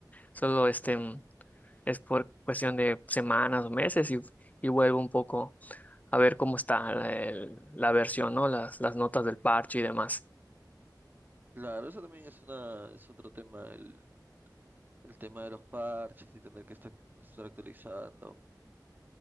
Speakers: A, on the left; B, on the right.
A: solo este mm, es por cuestión de semanas o meses y, y vuelvo un poco a ver cómo está la, el- la versión, ¿no? Las, las notas del parche y demás.
B: Claro, eso también es una, es otro tema, el, el tema de los parches y tener que estar, estar actualizando.